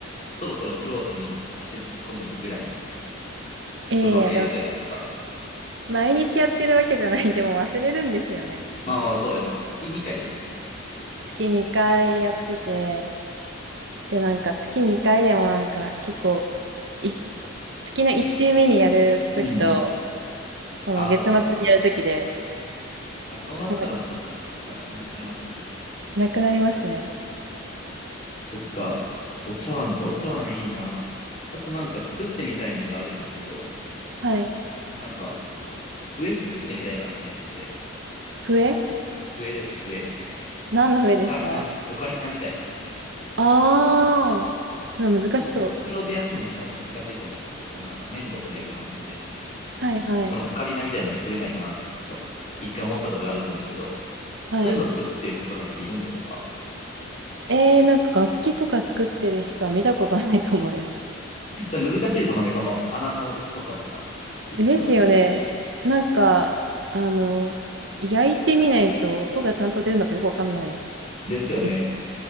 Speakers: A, on the left; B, on the right.
A: そろそろクロートに足突っ込むぐらいの
B: ええでも
A: ところにはいるんじゃないですか。
B: 毎日やってるわけじゃない、でも忘れるんですよね。
A: まあまあ、そうですね。月2回ですもんね。
B: 月2回やってて、
A: うん。
B: で、なんか月2回でもなんか結構、い、月の1週目にやるときと、
A: うん
B: その月末にやるときで、
A: あーあ、そうなったらもう感覚とかなくなっちゃいますもんね。
B: もうなんかなくなりますね。
A: そっか。お茶碗か、お茶碗いいな。あとなんか作ってみたいのがあるんですけど、
B: はい。
A: なんか、笛作ってみたいなと思ってて。
B: 笛
A: 笛です、笛。
B: 何の笛ですか
A: オカリナ、オカリナみたいな。
B: ああー、うわ難しそ
A: 多分、ろくろでやるのも多分難しいと思うんですけど、このなんか粘土こねる感じで、
B: う。はいはい。
A: このオカリナみたいなの作れないかなってちょっと、一回思ったことがあるんですけど、
B: はい。
A: そういうの作ってる人とかっているんですか
B: えー、なんか楽器とか作ってる人は見たことないかもです。
A: それ難しいですもんね、この穴の太さとか、
B: <laughs>
A: 位置とか。
B: ですよね。なんか、あの、焼いてみないと音がちゃんと出るのかよくわかんない
A: ですよね。
B: です。